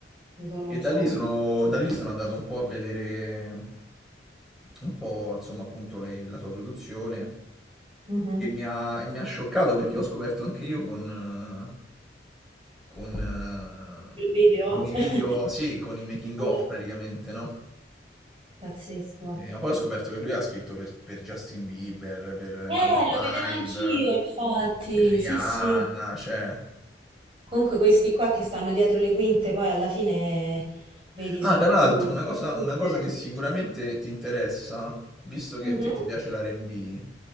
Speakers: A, on the right; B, in the centre.
A: boh, non
B: E da
A: so.
B: lì sono, da lì sono andato un po' a vedere un po', insomma, appunto le- la sua produzione
A: Mhm.
B: e mi ha, e mi ha scioccato perché ho scoperto anche io con, eh, con, eh,
A: Il video?
B: con i video,
A: <laughs>
B: sì, con i making of
A: Eh,
B: praticamente, no?
A: Pazzesco.
B: Sì, ma poi ho scoperto che lui ha scritto per, per Justin Bieber, per i
A: Eh,
B: Maroon
A: lo vedevo anch'io,
B: 5,
A: infatti.
B: per Rihanna,
A: Sì, sì.
B: cioè...
A: Comunque questi qua che stanno dietro le quinte, poi alla fine, vedi,
B: Ah,
A: sono
B: tra
A: i
B: l'altro,
A: più,
B: una cosa, una
A: più
B: cosa
A: geni.
B: che sicuramente ti interessa, visto che
A: Mhm.
B: a te ti piace l'R&B,